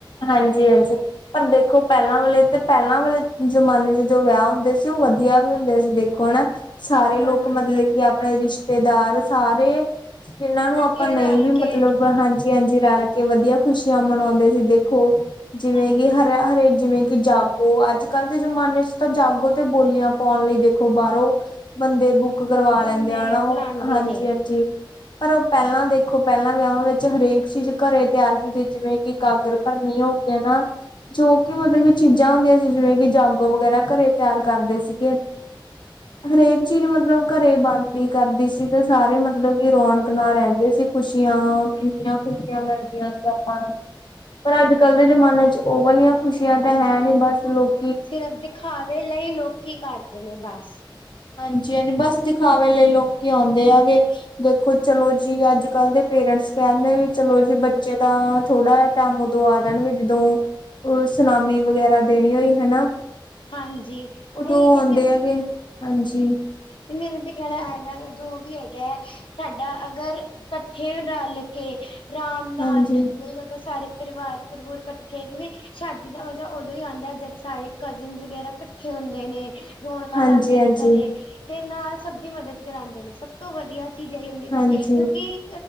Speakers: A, on the left (about 65°); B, on the left (about 80°).
A: ਹਾਂਜੀ-ਹਾਂਜੀ, ਪਰ ਦੇਖੋ ਪਹਿਲਾਂ ਵਾਲੇ ਤੇ ਪਹਿਲਾਂ ਵਾਲੇ ਜ਼ਮਾਨੇ ਚ ਜੋ ਵਿਆਹ ਹੁੰਦੇ ਸੀ। ਉਹ ਵਧੀਆ ਵੀ ਹੁੰਦੇ ਸੀ। ਹੁਣ ਸਾਰੇ ਲੋਕ
B: ਹਾਂਜੀ
A: ਮਤਲਬ ਕਿ ਆਪਣੇ ਰਿਸ਼ਤੇਦਾਰ ਸਾਰੇ ਜਿਹਨਾਂ ਨੂੰ ਆਪਾਂ
B: ਫੇਰ
A: ਨਹੀਂ
B: ਰਲ
A: ਵੀ
B: ਕੇ
A: ਮਤਲਬ ਹਾਂਜੀ-ਹਾਂਜੀ ਰਲ ਕੇ ਵਧੀਆ। ਖੁਸ਼ੀਆਂ ਮਨਾਉਂਦੇ ਸੀ ਦੇਖੋ। ਜਿਵੇਂ
B: ਹਾਂਜੀ
A: ਕਿ ਹਰੇ ਹਰੇ ਜਿਵੇਂ ਕਿ ਜਾਗੋ ਅੱਜ ਕੱਲ੍ਹ ਦੇ ਜ਼ਮਾਨੇ ਤਾਂ ਜਾਗੋ ਤੇ ਬੋਲੀਆਂ ਪਾਉਣ ਲਈ ।ਦੇਖੋ ਬਾਹਰੋਂ ਬੰਦੇ ਕਰਵਾ
B: ਬੰਦੇ
A: ਲੈਂਦੇ ਆ। ਹੈਨਾ ਉਹ
B: ਬੁਲਾਉਂਦੇ
A: ਹਾਂਜੀ
B: ਨੇ
A: ਹਾਂਜੀ। ਪਰ ਪਹਿਲਾਂ ਦੇਖੋ ਪਹਿਲਾਂ ਵਿਆਹਾਂ ਵਿੱਚ ਹਰੇਕ ਚੀਜ਼ ਘਰੇ ਤਿਆਰ ਕੀਤੀ। ਜਿਵੇਂ ਕਿ ਕਾਗਰ। ਕਰਨ ਹੋ ਗ ਨਾ ਜੋ ਕਿ ਮਤਲਬ ਕਿ ਚੀਜ਼ਾਂ ਹੁੰਦੀਆਂ ਸੀ। ਜਿਵੇਂ ਕਿ ਜਾਗੋ ਵਗੈਰਾ ਘਰੇ ਤਿਆਰ ਕਰਦੇ ਸੀਗੇ ਹਰੇਕ ਚੀਜ਼ ਮਤਲਬ ਘਰੇ ਬੰਣਦੀ ਕਰਦੀ ਸੀ। ਤੇ ਸਾਰੇ ਮਤਲਬ ਕਿ ਰੌਣਕ ਨਾਲ ਰਹਿੰਦੇ ਸੀ ।ਖੁਸ਼ੀਆਂ ਕਿੰਨੀਆਂ ਖੁਸ਼ ਖ਼ੁਸ਼ੀਆਂ ਮਿਲਦੀਆਂ ਸੀ ਆਪਾਂ ਨੂੰ ਪਰ ਅੱਜ ਕੱਲ ਦੇ ਜਮਾਨੇ ਚ ਉਹ ਵਾਲੀਆਂ ਖੁਸ਼ੀਆਂ ਤਾਂ ਹੈ ਨੀ। ਬਸ ਲੋਕ
B: ਸਿਰਫ ਦਿਖਾਵੇ ਲਈ ਲੋਕੀ ਕਰਦੇ ਨੇ ਬਸ
A: ਹਾਂਜੀ, ਬਸ ਦਿਖਾਵੇ ਲਈ ਲੋਕ ਕੀ ਆਉਂਦੇ ਹੈਗੇ ਦੇਖੋ ਚਲੋ ਜੀ ਅੱਜ ਕੱਲ ਦੇ ਪੇਰੈਂਟਸ ਕਹਿੰਦੇ ਵੀ ਚਲੋ ਜੀ ਬੱਚੇ ਤਾਂ ਹਾ ਥੋੜਾ ਓ ਜਾਣਗੇ ਜਦੋਂ ਸੁਨਾਮੀ ਵਗੈਰਾ ਦੇਣੀ ਹੋਈ ਹਨਾ।
B: ਹਾਂਜੀ
A: ਉਦੋਂ
B: ਇਹ
A: ਆਦੇ ਹੈਗੇ ਹਾਂਜੀ।
B: ਤੇ ਮੇਨੂੰ ਤੇ ਕਹਿਣਾ ਹੈਗਾ। ਜੋ ਵੀ ਹੈਗਾ ਹੈ ਸਾਡਾ ਅਗਰ ਕੱਠੇ ਰਲ ਕੇ ਆਰਾਮ ਨਾਲ
A: ਹਾਂਜੀ
B: ਨਹੀਂ ਅਗਰ ਸਾਰੇ ਪਰਿਵਾਰ ਜਰੂਰ ਇਕੱਠੇ ਜਿਵੇ ਸ਼ਾਦੀ ਦਾ ਮਜ਼ਾ ਉਦੋਂ ਹੀ ਆਉਂਦਾ। ਜਦੋਂ ਸਾਰੇ ਕਜ਼ਨ ਵਗੈਰਾ ਇਕੱਠੇ ਹੁੰਦੇ ਨੇ। ਰੌਣਕਾਂ
A: ਹਾਂਜੀ
B: ਲਾਦੇ
A: ਹਾਂਜੀ
B: ਨੇ ਘਰੇ ਦੇ ਨਾਲ ਸਭ ਦੀ ਮਦਦ ਕਰਾਉਂਦੇ ਨੇ ਸਭ ਤੋਂ ਵਧੀਆ। ਚੀਜ਼ਾਂ ਹੀ ਹੁੰਦੀ ਹੈ
A: ਹਾਂਜੀ
B: ਕਿਉਂਕਿ